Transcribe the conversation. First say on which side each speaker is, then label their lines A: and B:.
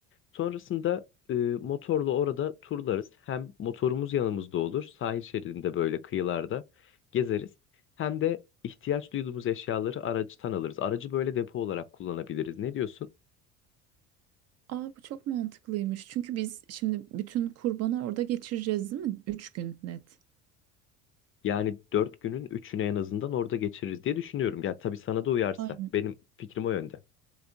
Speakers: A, on the left; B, on the right.
A: Sonrasında e, motorla orada turlarız. Hem motorumuz yanımızda olur, sahil şeridinde böyle kıyılarda gezeriz. Hem de ihtiyaç duyduğumuz eşyaları aracıtan alırız. Aracı böyle depo olarak kullanabiliriz. Ne diyorsun?
B: Aa, bu çok mantıklıymış. Çünkü biz şimdi bütün kurbanı orada geçireceğiz, değil mi? Üç gün net.
A: Yani dört günün üçünü en azından orada geçiririz diye düşünüyorum. Ya tabii sana da uyarsa.
B: Aynen.
A: Benim fikrim o yönde.